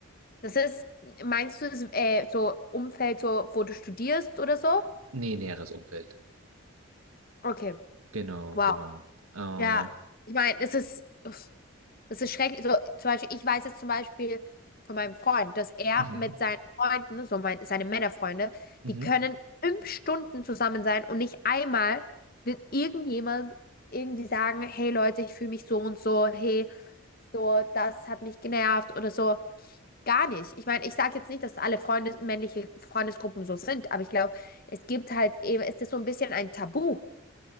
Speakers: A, on the left (about 45°); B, on the right (about 85°).
A: das ist, meinst du, das, äh, so Umfeld, so, wo du studierst oder so?
B: Nee, näheres Umfeld.
A: Okay.
B: Genau,
A: Wow.
B: genau. Und,
A: Ja, ich meine, es ist, uff, es ist schrecklich. So, zum Beispiel, ich weiß jetzt zum Beispiel von meinem Freund, dass er
B: mhm,
A: mit seinen Freunden, so mein, seine Männerfreunde,
B: mhm.
A: die können fünf Stunden zusammen sein und nicht einmal wird irgendjemand irgendwie sagen, hey Leute, ich fühle mich so und so, hey, so, das hat mich genervt oder so. Gar nicht. Ich meine, ich sage jetzt nicht, dass alle Freundes, männliche Freundesgruppen so sind, aber ich glaube, es gibt halt eben, es ist so ein bisschen ein Tabu.